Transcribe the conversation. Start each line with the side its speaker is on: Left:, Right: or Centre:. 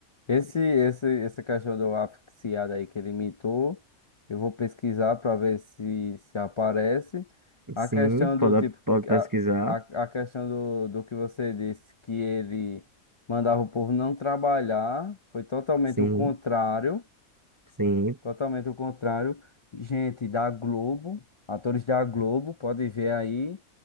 Left: esse, esse, essa questão do asfixiado aí que ele imitou, eu vou pesquisar pra ver se, se aparece, a
Right: Sim,
Left: questão
Right: pode,
Left: do tipo,
Right: pode pesquisar.
Left: a, a, a questão do, do que você disse, que ele mandava o povo não trabalhar, foi totalmente
Right: Sim,
Left: o contrário,
Right: sim,
Left: Totalmente o contrário. Gente da Globo, atores da Globo, pode ver aí.